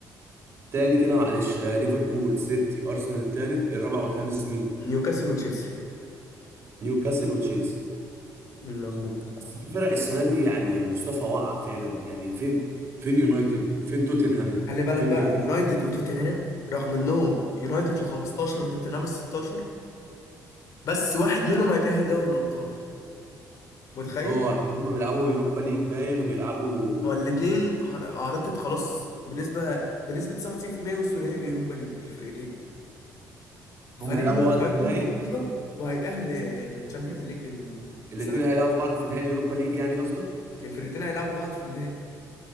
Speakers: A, on the right (about 40°); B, on the left (about 55°).
A: تاني كده معلش آه ليفربول سيتي ارسنال التالت الرابع والخامس مين
B: نيوكاسل وتشيلسي
A: نيوكاسل وتشيلسي
B: مظبوط
A: بس في فرق السنه دي يعني يا مصطفى واقعه فعلا يعني فين فين يونايتد فين توتنهام
B: خلي بالك
A: فين
B: بقى يونايتد وتوتنهام رغم انهم يونايتد ال 15 وتوتنهام ال 16 بس واحد منهم هيتأهل دوري الأبطال متخيل؟
A: اه عشان هم بيلعبوا يوروبا ليج باين وبيلعبوا
B: ما هو الاتنين حر- أعتقد خلاص بنسبة بنسبة 99% وصلوا نهائي اليوروبا ليج الفرقتين ففريق
A: هم هيلعبوا
B: منهم
A: بعض
B: هيخرج
A: في النهائي
B: ببطولة وهيتأهل للشامبيونز ليج السنة
A: الاثنين
B: الجاية
A: هيلعبوا بعض في نهائي اليوروبا ليج يعني قصدك
B: الفرقتين هيلعبوا بعض في النهائي